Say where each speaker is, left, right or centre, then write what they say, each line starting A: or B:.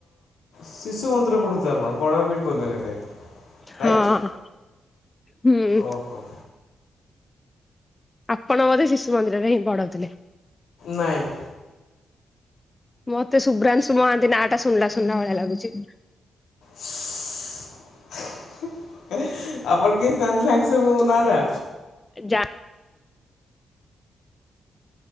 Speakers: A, on the left; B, on the left.
A: ଶିଶୁ ମନ୍ଦିର ପଢୁଥିବେ ଆପଣ ବଡ <unintelligible> ରାଇଟ
B: ହଁ। ହୁଁ
A: ଓହୋ।
B: ଆପଣ ମତେ ଶିଶୁ ମନ୍ଦିରରେ ହିଁ ପଢଉଥିଲେ।
A: ନାଇଁ।
B: ମତେ ଶୁଭ୍ରାଂଶୁ ମହାନ୍ତି ନାଁ ଟା ଶୁଣିଲା ଶୁଣିଲା ଭଳିଆ ଲାଗୁଚି।
A: ସ୍ ହେଁ ଆପଣ କେମନ୍ତି ଜାଣିଦେଲେ ସାଙ୍ଗ ସାଙ୍ଗ ମୋ ନାଁ ଟା।
B: ଯା